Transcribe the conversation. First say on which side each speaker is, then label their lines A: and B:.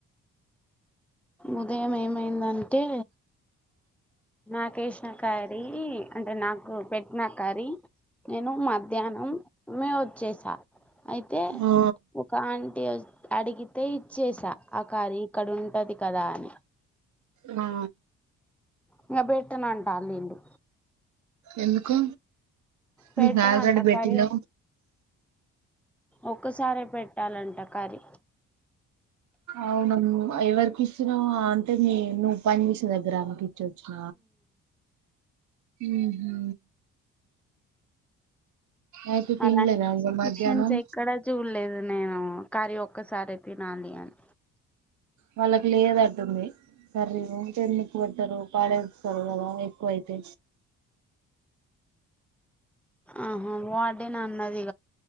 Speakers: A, in the centre; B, on the right.
A: ఉదయం ఏమైందంటే నాకేసిన కారి అంటే నాకు పెట్టిన కరి నేను మధ్యాహ్నమే వచ్చేసా అయితే
B: ఆ
A: ఒక ఆంటీ అడిగితే ఇచ్చేసా ఆ కారి ఇక్కడుంటది కదా అని
B: ఆ
A: ఇంకా పెట్టనంటాలు ఇళ్ళు
B: ఎందుకు మీకు
A: పెట్టరంట
B: ఆల్రెడి పెట్టినా
A: కర్రీ ఒక్కసారే పెట్టాలంట కర్రీ
B: అవున ఎవరికి ఇచ్చినవు అంటే మీ నువ్వు పని చేసే దగ్గర ఆమెకి చ్చ ఉహు అయితే తినలేదా
A: అలాంటి రెస్ట్రిక్షన్స్
B: ఇగ మధ్యాహ్నం
A: ఎక్కడా చూడలేదు నేను కర్రీ ఒక్కసారే తినాలి అని
B: వాళ్ళకి లేదటుంది కర్రీ ఉంటే ఎందుకు పెట్టరు పడేస్తారు కదా ఎక్కువ అయితే
A: ఆహా వార్డెన్ అన్నది